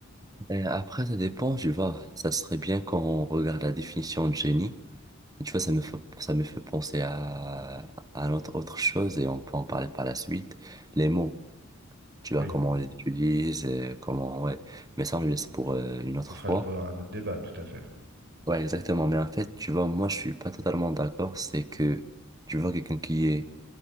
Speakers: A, on the right (about 20°); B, on the right (about 55°).
A: Et après, ça dépend, tu vois. Ça serait bien quand on regarde la définition de génie. Et tu vois, ça me fait, ça me fait penser à, à autre, autre chose et on peut en parler par la suite. Les mots. tu
B: Oui,
A: vois comment on les utilise et comment, ouais. Mais ça, on le laisse pour euh, une autre
B: ce sera
A: fois.
B: le- pour un autre débat, tout à fait.
A: Ouais, exactement. Mais en fait, tu vois, moi, je suis pas totalement d'accord. C'est que, tu vois, quelqu'un qui est,